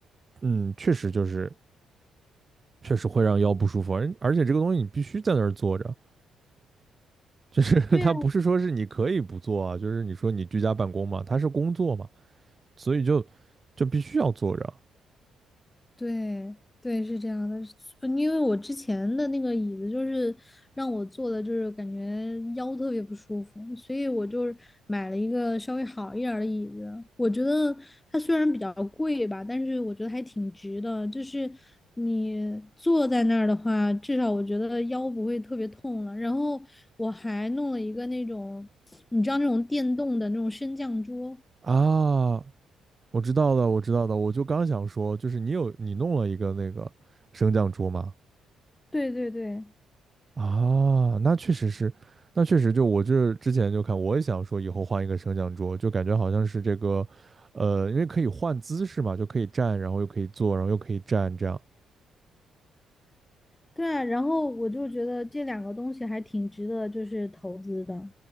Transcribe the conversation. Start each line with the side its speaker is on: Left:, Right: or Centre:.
Right: 嗯，确实就是确实会让腰不舒服，而而且这个东西你必须在那儿坐着，就是 <laughs>
Left: 对呀。
Right: 它不是说是你可以不做啊，就是你说你居家办公嘛，它是工作嘛，所以就就必须要坐着
Left: 对对，是这样的，呃因为我之前的那个椅子就是让我坐的，就是感觉腰特别不舒服，所以我就是买了一个稍微好一点儿的椅子。我觉得它虽然比较贵吧，但是我觉得还挺值的。就是你坐在那儿的话，至少我觉得腰不会特别痛了。然后我还弄了一个那种，你知道那种电动的那种升降桌。
Right: 啊，我知道的，我知道的，我就刚想说，就是你有你弄了一个那个升降桌吗？
Left: 对对对，
Right: 啊，那确实是，那确实就我这之前就看，我也想说以后换一个升降桌，就感觉好像是这个，呃，因为可以换姿势嘛，就可以站，然后又可以坐，然后又可以站，这样。
Left: 对啊，然后我就觉得这两个东西还挺值得就是投资的。